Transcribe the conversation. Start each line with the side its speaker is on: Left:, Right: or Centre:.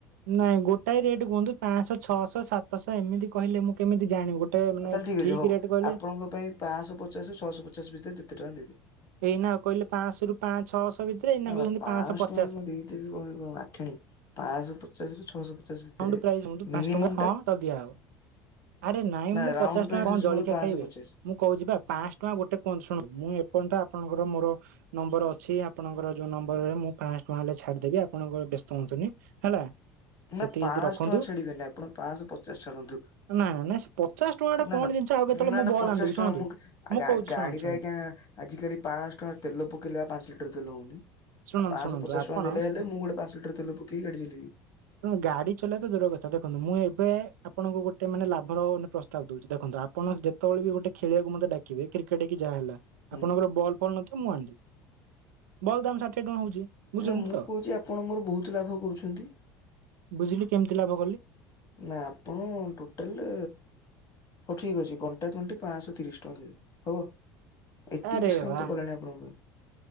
Right: ନାଇଁ ଗୋଟାଏ ରେଟ୍ କୁହନ୍ତୁ ପାଞ୍ଚଶହ, ଛଅଶହ, ସାତଶହ ଏମିତି କହିଲେ ମୁଁ କେମିତି ଜାଣିବି ଗୋଟେ ମାନେ
Left: ତାହେଲେ ଠିକ୍
Right: ଠିକ
Left: ଅଛି ହଉ
Right: ରେଟ୍ କହିଲେ
Left: ଆପଣଙ୍କ ପାଇଁ ପାଞ୍ଚଶହ ପଚାଶରୁ ଛଅଶହ ପଚାଶ ଭିତରେ ଯେତେ ଟଙ୍କା ଦେବି।
Right: ଏଇନାଉ କହିଲେ ପାଞ୍ଚଶହ ରୁ ପା ଛଅଶହ ଭିତରେ ଏଇନା
Left: ଆ
Right: କହୁଛନ୍ତି
Left: ପାଞ୍ଚଶହ
Right: ପଚାଶ
Left: ଟଙ୍କାରେ କଣ ଦେଇଦବି କଣ ଆଠେଣୀ। ପାଞ୍ଚଶହ ପଚାଶ ରୁ ଛଅଶହ ପଚାଶ ଭିତରେ
Right: ହ ଡୂ ପ୍ରାୟଜି ହୁଅନ୍ତୁ
Left: ମିନିମମ୍
Right: ପାଞ୍ଚ ଟଙ୍କା ହଁ,
Left: ଟା
Right: ଦିଆହବ। ଆରେ ନାଇଁ
Left: ନା
Right: ମୁଁ
Left: ରାଉଣ୍ଡ
Right: ପଚାଶ
Left: ପ୍ରାଇସ୍
Right: ଟଙ୍କା କଣ
Left: ହଉଛି
Right: ଜଳଖିଆ
Left: ମୋର ପାଞ୍ଚଶହ
Right: ଖାଇବେ,
Left: ପଚାଶ
Right: ମୁଁ କହୁଛି ବା ପାଞ୍ଚଶହ ଟଙ୍କା ଗୋଟେ କୁହନ୍ତୁ ଶୁଣନ୍ତୁ ମୁଁ ଏପର୍ଯ୍ୟନ୍ତ ଆପଣଙ୍କର ମୋର ନମ୍ବର ଅଛି ଆପଣଙ୍କର ଯୋଉ ନମ୍ବରରେ ମୁଁ ପାଅ ଶହ ନହେଲେ ଛାଡିଦେବି ଆପଣଙ୍କ ବ୍ୟସ୍ତ ହୁଅନ୍ତୁନି ହେଲା ସେତିକି
Left: ନା ପାଆଶହ
Right: ଯଦି ରଖନ୍ତୁ
Left: ଟଙ୍କା ଛାଡିବେନି ଆପଣ ପାଆଶହ ପଚାଶ ଛାଡନ୍ତୁ।
Right: ନା ନା ନା ସେ ପଚାଶ ଟଙ୍କା ଟା
Left: ନା,
Right: କଣ
Left: ନା,
Right: ଜିନିଷ ଆଉ କେତେବେଳେ
Left: ନା,
Right: ମୁଁ
Left: ନା,
Right: ବଲ୍
Left: ପଚାଶ
Right: ଆଣିଦେବି
Left: ଟଙ୍କା
Right: ଶୁଣନ୍ତୁ।
Left: ମୁଁ ଗା
Right: ମୁଁ
Left: ଗା
Right: କହୁଛି
Left: ଗାଡିରେ
Right: ଶୁଣନ୍ତୁ ଶୁଣନ୍ତୁ
Left: ଆଜ୍ଞା! ଆଜିକାଲି ପାଆଶହ ଟଙ୍କାର ତେଲ ପକେଇଲେ ବା ପାଞ୍ଚ ଲିଟର ତେଲ ହଉନି।
Right: ଶୁଣନ୍ତୁ
Left: ଆଉ ପାଞ୍ଚଶହ
Right: ଶୁଣନ୍ତୁ
Left: ପଚାଶ
Right: ଆପଣ
Left: ଟଙ୍କା ଦେଲେ ହେଲେ ମୁଁ ଗୋଟେ ପାଞ୍ଚ ଲିଟର ତେଲ ପକେଇକି ଗାଡ଼ି ଚଳେଇବି।
Right: ତେଣୁ ଗାଡି ଚଲେଇବା ତ ଦୂର କଥା ଦେଖନ୍ତୁ ମୁଁ ଏବେ ଆପଣଙ୍କୁ ଗୋଟେ ମାନେ ଲାଭର ମାନେ ପ୍ରସ୍ତାବ ଦଉଛି ଦେଖନ୍ତୁ ଆ ଆପଣ ଯେତେବେଳେ ବି ଗୋଟେ ଖେଳିବାକୁ ମତେ ଡ଼ାକିବେ କ୍ରିକେଟ୍ କି ଯାହା ହେଲା
Left: ହୁଁ
Right: ଆପଣଙ୍କର ବଲ୍ ଫଲ ନଥିବ ମୁଁ ଆଣିଦେବି। ବଲ୍ ଦାମ ଷାଠିଏ ଟଙ୍କା ହଉଛି। ବୁଝୁଛନ୍ତି
Left: ନା, ମୁଁ
Right: ତ
Left: କହୁଛି ଆପଣ ମୋର ବହୁତ ଲାଭ କରୁଛନ୍ତି।
Right: ବୁଝିଲି କେମିତି ଲାଭ କଲି?
Left: ନା, ଆପଣ ଟୋଟାଲ ହଉ ଠିକ ଅଛି କଣ୍ଟା କଣ୍ଟି ପାଞ୍ଚଶହ ତିରିଶି ଟଙ୍କା ଦେବେ ହବ। ଏତିକି
Right: ଆରେ
Left: ଡିସକାଉଣ୍ଟ
Right: ବା
Left: ତ କଲାଣି ଆପଣଙ୍କ ପାଇଁ।